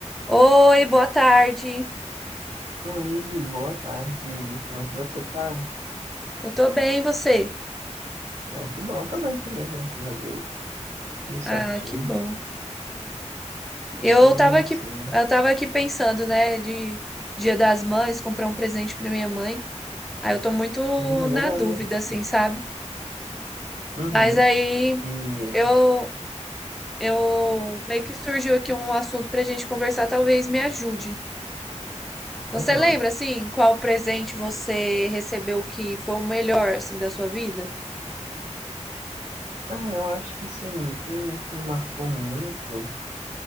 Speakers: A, in the centre; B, on the right (about 75°).
A: Oi, boa tarde.
B: Oi, boa tarde. Como é que você tá?
A: Eu tô bem, e você?
B: Ah, que bom, também, também, graças a Deus. Tudo certinho.
A: Ah, que bom. Eu
B: Sim,
A: tava aqui,
B: sim.
A: eu tava aqui pensando, né, de Dia das Mães, comprar um presente pra minha mãe. Aí eu tô muito
B: Hum,
A: na
B: legal.
A: dúvida, assim, sabe?
B: Uhum.
A: Mas aí
B: E,
A: eu, eu meio que surgiu aqui um assunto pra gente conversar, talvez me ajude. Você
B: aham.
A: lembra, assim, qual presente você recebeu que foi o melhor, assim, da sua vida?
B: Ah, eu acho que sim, tem um que me marcou muito.